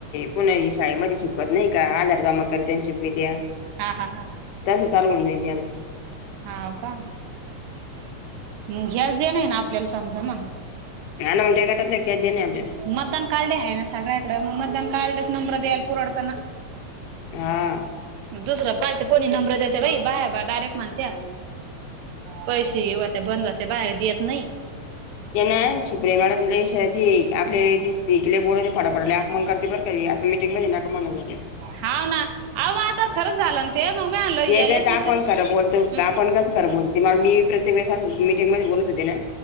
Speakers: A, on the left; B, on the right.
A: पुणा शाळे मध्ये शिकवत नाही का आधार जमा करत त्यां शिकवीत त्या
B: हा हा हा
A: तसं चालवण जाईन
B: हाव का मग घ्यास दे ना ना आपल्याला समजा मग
A: आणि मग ज्या गटातल्या त्याच देणे आपल्याला
B: मतदान कार्ड आहे ना सगळ्याकडे मग मतदान कार्ड नंबर यालपूरढताना
A: हा
B: दुसरं कालचे कोणी नंबर देते बाई बाहे बा डायरेक्ट माणते हा पैसेही होते बंद होते बाहेर देत नाही
A: त्यांना सुप्रिया मॅडम लई श ते आपल्याला लई बोल फडफडा बोलते मग करते बर क असं मीटिंगमध्ये म्हणत नाका होते
B: हाव ना अहो मग आता खरंच झालं ना ते मग मी आलं
A: हेच
B: यालेच
A: हेच आपण
B: विचारू
A: खरं बोलतो
B: हम्म
A: आपण ग खरं बोलतो मग मी प्रत्येक व बोलत होते ना